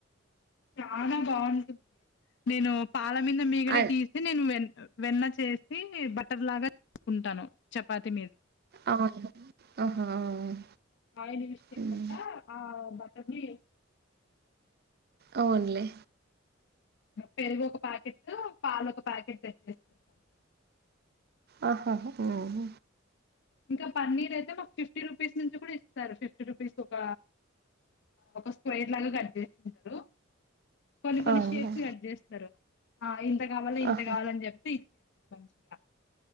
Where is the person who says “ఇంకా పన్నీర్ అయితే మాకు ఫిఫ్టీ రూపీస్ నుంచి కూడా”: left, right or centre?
Left